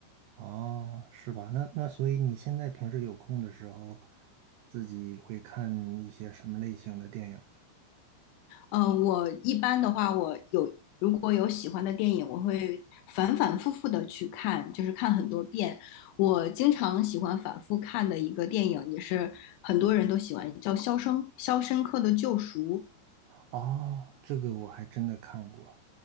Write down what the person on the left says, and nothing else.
嗯，我一般的话，我有如果有喜欢的电影，我会反反复复的去看，就是看很多遍。我经常喜欢反复看的一个电影，也是很多人都喜欢，叫《肖生肖申克的救赎》。